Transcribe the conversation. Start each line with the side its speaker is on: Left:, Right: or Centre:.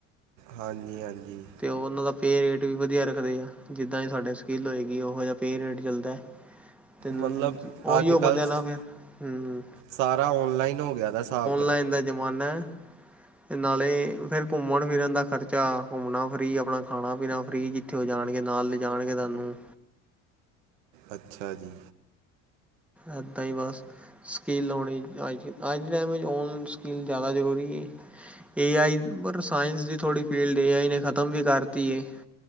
Right: ਹਾਂਜੀ-ਹਾਂਜੀ।
Centre: ਤੇ ਓ ਓਨਾਂ ਦਾ ਪੇਅ ਰੇਟ ਵੀ ਵਧੀਆ ਰੱਖਦੇ ਆ। ਜਿੱਦਾਂ ਦੀ ਸਾਡੇ ਸਕਿੱਲ ਹੋਏਗੀ ਓਹੋ ਜਿਆ ਪੇਅ ਰੇਟ ਚੱਲਦੈ। ਤੇ
Right: ਮਤਲਬ
Centre: ਓਈਯੋ
Right: ਅੱਜ
Centre: ਬੰਦਿਆਂ
Right: ਕੱਲ੍ਹ ਸ-
Centre: ਨਾ ਫੇਰ। ਹੂੰ।
Right: ਸਾਰਾ ਓਨਲਾਈਨ ਹੋ ਗਿਆ ਦਾ ਸਾਬ
Centre: ਲਾਈਨ ਦਾ ਜਮਾਨੈ। ਨਾਲੇ ਫੇਰ ਘੁੰਮਨ ਫਿਰਨ ਦਾ ਖਰਚਾ ਘੁੰਮਨਾ ਫ੍ਰੀ, ਆਪਣਾ ਖਾਣਾ ਪੀਣਾ ਫ੍ਰੀ। ਜਿੱਥੇ ਓ ਜਾਣਗੇ ਨਾਲ ਲਿਜਣਗੇ ਸਾਨੂੰ।
Right: ਅੱਛਾ ਜੀ।
Centre: ਐਦਾਂ ਈ ਬਸ ਸਕਿੱਲ ਔਣੀ। ਅੱਜ, ਅੱਜ ਦੇ ਟੈਮ ਇੱਚ ਓਨਲਾਈਨ ਸਕਿੱਲ ਜਿਆਦਾ ਜਰੂਰੀ ਏ। ਏ ਆਈ, ਪਰ ਸਾਇੰਸ ਦੀ ਥੋੜ੍ਹੀ ਫੀਲਡ ਏ ਆਈ ਨੇ ਖਤਮ ਵੀ ਕਰਤੀ ਏ।